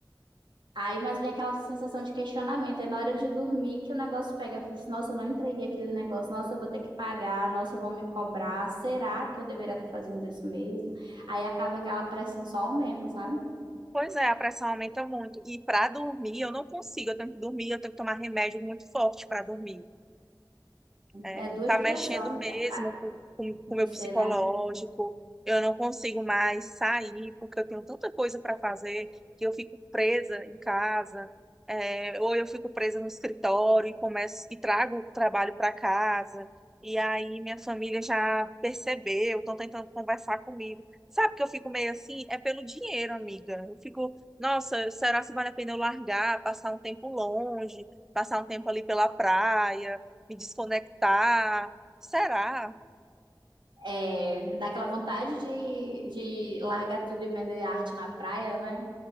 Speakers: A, on the right; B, in the centre.
A: Aí, mas vem aquela sensação de questionamento. Aí, na hora de dormir, que o negócio pega. Eu falo assim, nossa, eu não entreguei aquele negócio. Nossa, eu vou ter que pagar. Nossa, vão me cobrar. Será que eu deveria estar fazendo isso mesmo? Aí, acaba que aquela pressão só aumenta, sabe?
B: Pois é, a pressão aumenta muito. E para dormir, eu não consigo. Eu tenho que dormir, eu tenho que tomar remédio muito forte para dormir. É,
A: É, é duas
B: tá
A: pressões
B: mexendo
A: aqui
B: mesmo
A: ah,
B: com com-
A: com
B: com
A: você,
B: o meu psicológico.
A: né?
B: Eu não consigo mais sair porque eu tenho tanta coisa para fazer que eu fico presa em casa, é, ou eu fico presa no escritório e começo e trago o trabalho para casa. E aí minha família já percebeu, estão tentando conversar comigo. Sabe que eu fico meio assim? É pelo dinheiro, amiga. Eu fico, nossa, será se vale a pena eu largar, passar um tempo longe, passar um tempo ali pela praia? me desconectar. Será?
A: É, dá aquela vontade de, de largar tudo e vender arte na praia, né?